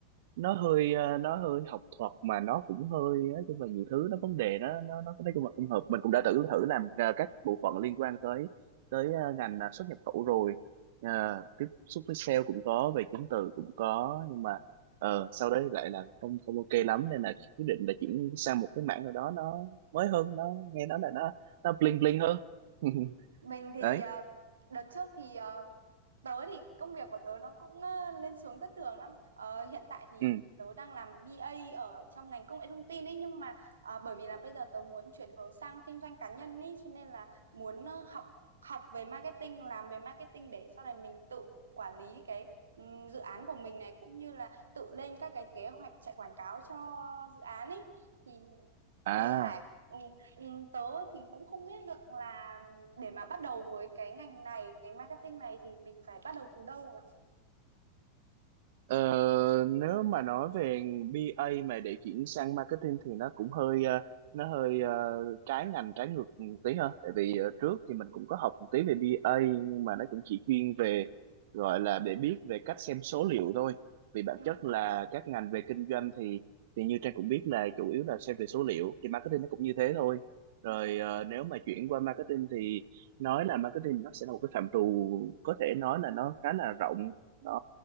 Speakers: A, on the right; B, on the right.
A: nó hơi ờ, nó hơi học thuật mà nó cũng hơi nói chung là nhiều thứ nó vấn đề nó nó nó nói chung là không hợp mình cũng đã thử thử làm ờ, các bộ phận liên quan tới tới ờ, ngành ờ, xuất nhập khẩu rồi Ờ, tiếp xúc với sale cũng có về chứng từ cũng
B: ok.
A: có nhưng mà ờ, sau đấy lại là không không ok lắm nên là quyết định là chuyển sang một cái mảng nào đó nó mới hơn nó nghe nói là nó nó bling bling hơn <laughs>
B: Mình thì
A: đấy
B: ờ, đợt trước thì ờ, tớ thì công việc của tớ nó cũng ờ, lên xuống thất thường lắm Ờ, hiện tại thì
A: ừ
B: tớ đang làm bê A ở trong ngành công nghệ thông tin ấy nhưng mà ờ, bởi vì là bây giờ tớ muốn chuyển hướng sang kinh doanh cá nhân ấy cho nên là muốn ờ, học học về marketing làm về marketing để sau này mình tự quản lý cái ừm, dự án của mình này cũng như là tự lên các cái kế hoạch chạy quảng cáo cho dự án ấy thì
A: à
B: thì Hải ừ, ừ, tớ thì cũng không biết được là để mà bắt đầu với cái ngành này, ngành marketing này thì mình phải bắt đầu từ đâu nhỉ?
A: Ờ, nếu mà nói về bê A mà để chuyển sang marketing thì nó cũng hơi ờ, nó hơi ờ, trái ngành trái ngược một tí hơn tại vì ờ, trước thì mình cũng có học một tí về bê A nhưng mà nó cũng chỉ chuyên về gọi là để biết về cách xem số liệu thôi vì bản
B: ừ
A: chất
B: ừ
A: là các ngành về kinh doanh thì thì như Trang cũng biết là chủ yếu là xem về số liệu thì marketing nó cũng như thế thôi rồi
B: ừ
A: ờ, nếu mà chuyển qua marketing thì nói là marketing nó sẽ là một cái phạm trù có thể nói là nó khá là rộng nó